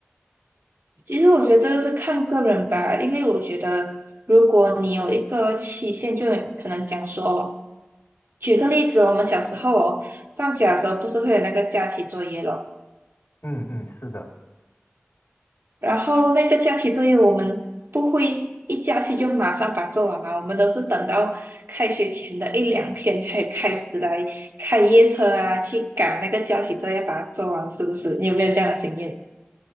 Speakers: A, on the right; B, on the left.
A: 其实我觉得这个是看个人吧，因为我觉得如果你有一个期限，就可能讲说，举个例子，我们小时候哦，放假的时候不是会有那个假期作业咯。
B: 嗯嗯，是的。
A: 然后那个假期作业我们不会一假期就马上把它做完嘛，我们都是等到开学前的一两天才开始来开夜车啊，去赶那个假期作业把它做完，是不是？你有没有这样的经验？